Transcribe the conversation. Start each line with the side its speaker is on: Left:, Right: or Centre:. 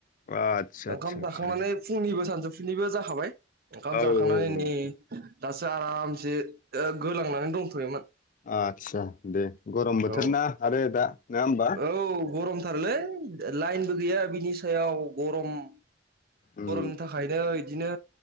Left: आदसा
Right: ओंखाम
Left: आदसा आदसा
Right: जाखांनानै फुंनिबो सानजौ- फुनिबो जाखाबाय
Left: औ
Right: ओंखाम
Left: औ
Right: जाखांनानै
Left: औ
Right: नै दासो आराम से गोलांनानै दंथ'योमोन
Left: आदसा दे गरम बोथोर
Right: औ
Left: ना आरो दा नङा होमबा
Right: औ गरमथारलै लाइनबो गैया बिनि सायाव गरम
Left: उम
Right: गरमनि थाखायनो इदिनो